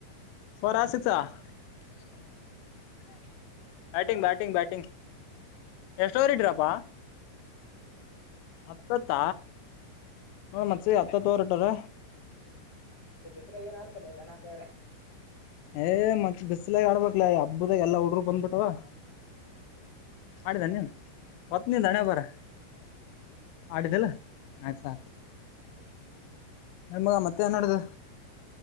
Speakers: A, on the left; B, on the left.
A: ಸ್ರಸಸ <unintelligible>
B: ಹ
A: ಬ್ಯಾಟಿಂಗ್ ಬ್ಯಾಟಿಂಗ್ ಬ್ಯಾಟಿಂಗ್ ಎಷ್ಟು ಓವರಿಗೆ ಡ್ರಾಪ್. ಪಾ. ಹತ್ತತ್ತ ಹ ಮತ್ಸ ಹತ್ತತ್ ರ್ಟಾರ.
B: ಇತ್ತ ಬಿಸಿಲ ಏನ್ ಆಡ್ತಲ್ಲ ಧನ ಕರೆ.
A: ಏ ಮಂತ್ ಬಿಸ್ಲಾಗ ಆಡ್ಬಕ್ಲ ಹಬ್ಬದಾಗ ಎಲ್ಲಾ ಹುಡಗುರು ಬಂದ್ಬಿಟ್ಟವಾ ಆಡಿದ ನೀನ್ ಹೊತ್ ನೀನ್ ಹಣೇ ಬರ ಆಡಿದಲ್ಲ ಆಯ್ತ ಸಾಕ ಮಗ ಮತ್ತೆ ಏನ್. ಆಡಿದ